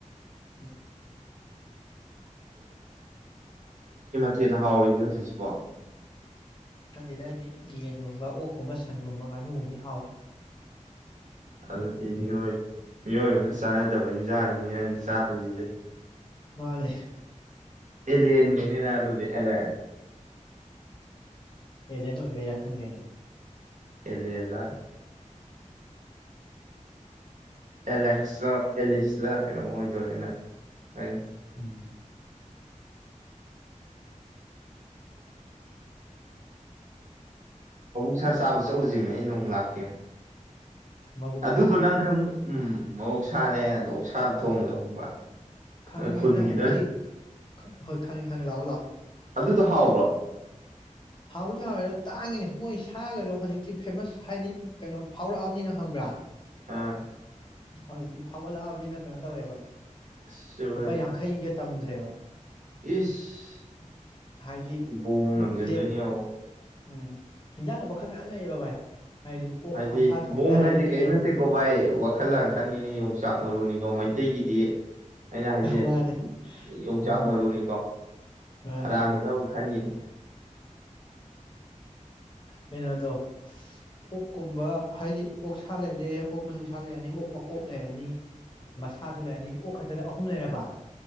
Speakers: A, on the left; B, on the right.
A: ꯎ
B: ꯊꯦꯟꯅ ꯍꯥꯎꯔꯤꯒꯦ ꯍꯧꯖꯤꯛꯁꯤꯕꯣ
A: ꯁꯤꯗ ꯍꯥꯏꯗꯤ ꯌꯦꯟꯒꯨꯝꯕ ꯑꯣꯛꯀꯨꯝꯕ ꯁꯟꯒꯨꯝꯕ ꯉꯥꯅꯨꯒꯨꯝꯕꯅꯤ ꯍꯥꯎꯋꯦ
B: ꯑꯗꯨꯗꯤ ꯃꯤꯑꯣꯏ ꯃꯤꯑꯣꯏꯕꯅ ꯆꯥꯟꯅꯗꯕ ꯏꯟꯖꯥꯡꯅꯤꯅꯦ ꯅꯪ ꯆꯥꯗꯣꯏꯁꯤꯗꯤ
A: ꯃꯥꯅꯦ
B: ꯑꯦꯂꯦꯟꯅꯤꯅꯦ ꯅꯪ ꯑꯗꯨꯗꯤ ꯑꯦꯂꯦꯟ
A: ꯑꯦꯂꯦꯟ ꯑꯣꯏꯕꯩꯔ ꯈꯪꯗꯦꯅꯦ
B: ꯑꯦꯂꯦꯟꯂ ꯑꯦꯂꯦꯛꯁꯥ ꯑꯦꯂꯤꯁ ꯗ ꯀꯩꯅꯣꯝ ꯑꯣꯏꯗꯣꯏꯅꯤꯅ ꯅꯩ
A: ꯎꯝ
B: ꯑꯧꯕꯨꯛꯁꯥꯁꯦ ꯆꯥꯕ ꯆꯠꯂꯨꯁꯦꯃꯦ ꯑꯩ ꯅꯣꯡꯃ ꯂꯥꯛꯀꯦꯃꯦ
A: ꯃꯕꯨꯛꯁꯥ
B: ꯑꯗꯨꯗꯣ ꯅꯪ ꯈꯪ ꯎꯝ ꯃꯍꯧꯁꯥꯅꯦ ꯑꯗꯣ ꯑꯣꯛꯁꯥ ꯊꯣꯡꯕꯗꯣ ꯈꯪꯕ꯭ꯔꯥ
A: ꯈꯪꯉꯦ
B: ꯅꯣꯏ ꯈꯨꯟꯒꯤꯗꯣ
A: ꯅꯪꯅ ꯍꯥꯏꯅꯁꯦ ꯁꯤ ꯍꯣꯏ ꯈꯪꯉꯤ ꯈꯪꯉꯤ ꯂꯥꯛꯑꯣ ꯂꯥꯛꯑꯣ
B: ꯑꯗꯨꯗꯣ ꯍꯥꯎꯕ꯭ꯔꯣ
A: ꯍꯥꯎꯕꯨꯗꯤ ꯍꯥꯎꯋꯦꯗ ꯇꯥꯡꯉꯤꯅꯦ ꯃꯣꯏ ꯁꯥꯒꯗꯣ ꯍꯧꯖꯤꯛꯇꯤ ꯐꯦꯃꯁ ꯍꯥꯏꯗꯤ ꯀꯩꯅꯣ ꯐꯥꯎꯔꯛꯑꯕꯅꯤꯅ ꯈꯪꯕ꯭ꯔꯥ
B: ꯑꯥ
A: ꯍꯧꯖꯤꯛꯇꯤ ꯐꯥꯎꯒꯠꯂꯛꯑꯕꯅꯤꯅ ꯀꯩꯅꯣ ꯇꯧꯋꯦꯕ
B: ꯑꯁ
A: ꯂꯨꯄꯥ
B: ꯑꯩꯈꯣꯏ
A: ꯌꯥꯡꯈꯩꯒ ꯇꯝꯗ꯭ꯔꯦꯕ
B: ꯏꯁ
A: ꯍꯥꯏꯗꯤ
B: ꯕꯣꯝ ꯂꯪꯁꯤꯟꯗꯣꯏꯅꯦ
A: ꯄ꯭ꯂꯦꯠ
B: ꯌꯦꯡꯉꯣ
A: ꯎꯝ ꯍꯤꯟꯖꯥꯡꯗꯣ ꯃꯈꯜ ꯃꯌꯥꯝ ꯂꯩꯌꯦꯕ ꯚꯥꯏ ꯍꯥꯏꯗꯤ ꯑꯣꯛ
B: ꯍꯥꯏꯗꯤ
A: ꯃꯁꯥ ꯊꯣꯡꯕ
B: ꯕꯣꯝ
A: ꯂꯩꯔꯦ
B: ꯍꯥꯏꯗꯤ ꯀꯔꯤꯝ
A: ꯌꯦꯟ
B: ꯅꯠꯇꯦꯀꯣ ꯚꯥꯏ ꯋꯥꯈꯜ ꯂꯥꯟ ꯈꯟꯒꯤꯅꯤ ꯌꯣꯡꯆꯥꯛ ꯃꯔꯨꯅꯤꯀꯣ ꯃꯩ ꯇꯩꯒꯤꯗꯤ ꯑꯩꯅ ꯍꯥꯏꯁꯦ
A: ꯃꯥꯅꯦ
B: ꯌꯣꯡꯆꯥꯛ
A: ꯎꯝ
B: ꯃꯔꯨꯅꯤꯀꯣ
A: ꯃꯥꯅꯦ
B: ꯑꯔꯥꯟꯕꯗ ꯑꯃꯨꯛ ꯈꯟꯈꯤꯅꯤ
A: ꯀꯩꯅꯣꯗꯣ ꯑꯣꯛꯀꯨꯝꯕ ꯍꯥꯏꯗꯤ ꯑꯣꯛ ꯁꯥꯥ ꯂꯩꯔꯦ ꯑꯣꯛ ꯃꯅꯨꯡꯁꯥ ꯂꯩꯔꯅꯤ ꯑꯣꯛ ꯃꯀꯣꯛ ꯂꯩꯔꯅꯤ ꯃꯁꯥꯗꯨ ꯂꯩꯔꯅꯤ ꯑꯣꯛ ꯈ ꯗ ꯑꯍꯨꯝ ꯂꯩꯔꯕ